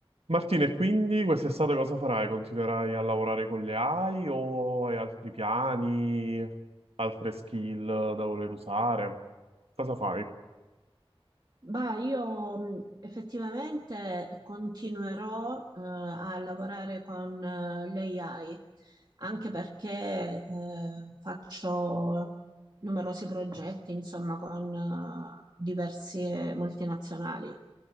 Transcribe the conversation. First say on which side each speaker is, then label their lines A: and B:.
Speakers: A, on the right; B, on the right.
A: Martina, e quindi quest'estate cosa farai? Continuerai a lavorare con le AI o hai altri piani, altre skill da voler usare? Cosa fai?
B: Bah, io mh, effettivamente continuerò eh, a lavorare con eh, l'AI, anche perché eh, faccio numerosi progetti, insomma, con eh, diverse multinazionali.